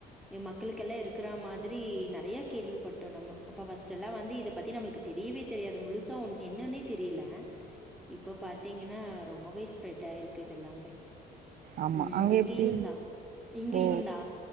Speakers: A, in the centre; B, on the right.
A: இம் மக் களுக்கெல்லா இருக்கிற மாதிரி நெறைய கேள்விப்பட்டோ நம்ம அப்ப ஃபஸ்ட்டு எல்லா வந்து இத பத்தி நம்மளுக்கு தெரியவே தெரியாது முழுசா ஒன் என்னன்னே தெரியல இப்போ பாத்தீங்கன்னா ரொம்பவே ஸ்ப்ரெட் ஆயிருக்கு இது எல்லாமே
B: ஆமா
A: ம்
B: அங்க
A: இங்கேயுந்
B: எப்டி
A: தா இங்கேயுந்
B: ஓ
A: தா